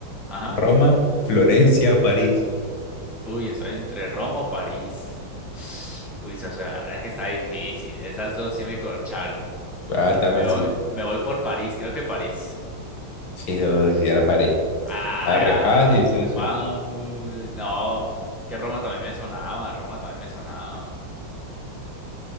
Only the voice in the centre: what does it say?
Ajá.
Uy, estoy entre Roma o París. <sighs> Uy, socio, la verdad es que está difícil. Esas dos sí me corcharon.
Me
voy, me voy por París, creo que París.
Ah,
vamos. No, que Roma también me sonaba, Roma también me sonaba.